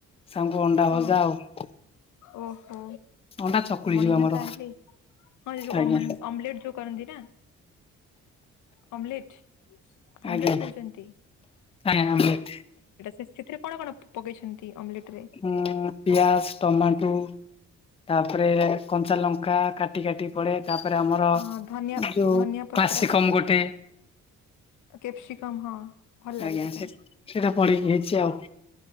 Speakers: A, on the left; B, on the left.
A: ସାଙ୍ଗକୁ ଅଣ୍ଡା
B: ହଁ
A: ଭଜା ଆଉ।
B: ଓହୋ
A: ଅଣ୍ଡା ଚକୁଳି
B: ବଢିଆ
A: ଯୋଉ ଆମର
B: ତାହେଲେ ହଁ ସେ ଯୋଉ
A: ଆଜ୍ଞା
B: ଅମ ଅମଲେଟ ଟ କରନ୍ତି ନା। ଅମ୍ୱଲିଟ କମ୍ବଲିଟ
A: ଆଜ୍ଞା।
B: କହୁଛନ୍ତି
A: ଆଜ୍ଞା ଆମଲେଟ
B: ସେଥିରେ କଣ କଣ ପକେଇଛନ୍ତି ଅମଲେଟ ରେ?
A: ଉ ପିଆଜ, ଟମାଟୋ ତାପରେ କଞ୍ଚା ଲଙ୍କା କା ଟି କାଟି ପଡେ ତାପରେ ଆମର
B: ହଁ ଧନିଆ
A: ଯୋଉ
B: ଧନିଆ ପତ୍ର
A: କ୍ଲାସିକମ ଗୋଟେ
B: ଆ କେପେପ୍ସି କମ୍ ହଁ। ଭଲ ଲାଗେ
A: ଆଜ୍ଞା
B: ସେଟା।
A: ସେ ସେଇଟା ପଢ଼ିକି ହେଇଛି ଆଉ।